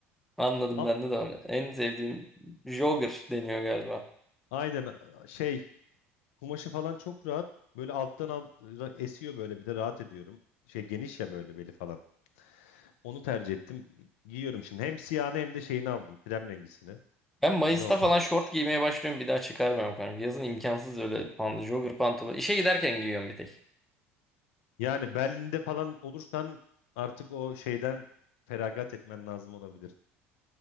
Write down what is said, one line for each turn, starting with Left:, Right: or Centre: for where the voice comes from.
Centre: Anladım
Left: Am-
Centre: bende de var. En sevdiğim jogger deniyor galiba.
Left: aynen a- şey kumaşı falan çok rahat. Böyle alttan alt ra- esiyor böyle bir de rahat ediyorum. Şey geniş ya böyle beli falan. Onu tercih ettim. Giyiyorum şimdi. Hem siyahını hem de şeyini aldım. Krem rengisini.
Centre: Ben Mayıs'ta
Left: Güzel oldu.
Centre: falan şort giymeye başlıyorum. Bir daha çıkarmıyorum kanka. Yazın imkansız öyle pant jogger pantolon. İşe giderken giyiyorum bir tek.
Left: Yani Berlin'de falan olursan artık o şeyden feragat etmen lazım olabilir.